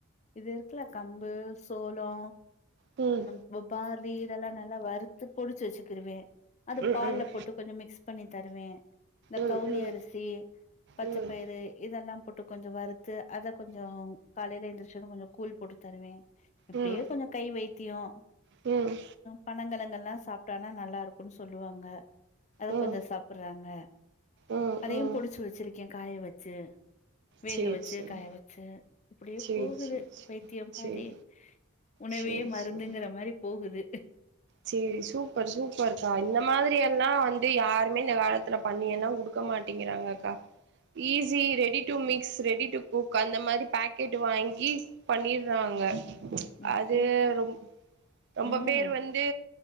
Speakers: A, on the left; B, on the right.
A: இது இருக்குல்ல கம்பு சோளோ
B: ம்
A: இப்போ பார்லி இதெல்லா நல்லா வறுத்து பொடிச்சு வச்சுக்குருவ அந்த
B: ம்
A: பால்ல
B: ம்
A: போட்டு கொஞ்ச மிக்ஸ் பண்ணி தருவே இந்த
B: ம்
A: கவுனி அரிசி பச்சைப்பயிறு
B: ம்
A: இதெல்லா போட்டு கொஞ்ச வரு து அத கொஞ்சோ காலைல எழுந்திரிச்சது கொஞ்சோ கூழ் போட்டு தருவ இப்டியே
B: ம் ம்
A: கொஞ்சோ கை வைத்தியோ
B: ம்
A: பனங்கெலகல்லா சாப்டானா நல்லா இருக்குனு சொல்லுவாங்க அத
B: ம்
A: கொஞ்சோ சாப்றாங்க
B: ம்
A: அதையு
B: ம்
A: பொடிச்சு வச்சிருக்கே காய வச்சி வேக
B: சேரி
A: வச்சு
B: சேரி
A: காய வச்சு இப்டியே
B: சேரி
A: போகுது
B: சேரி சேரி
A: வைத்தியம் பாதி
B: சேரி
A: உணவே
B: சேரி
A: மருந்துங்கிற
B: சேரி
A: மாரி போகுது
B: சேரி சூப்பர் சூப்பர்க்கா இந்த மாதிரி எல்லா வந்து யாருமே இந்த காலத் காலத்தில பண்ணி எல்லா குடுக்க மாட்டேங்கிறாங்க கா easy ready to mix ready to cook அந்த மாரி பேக்கெட்டு வாங்கி பண்ணிறாங்க
A: இட்லியப்பா
B: அது ரொம் ரொம்ப
A: ம்
B: பேர் வந்து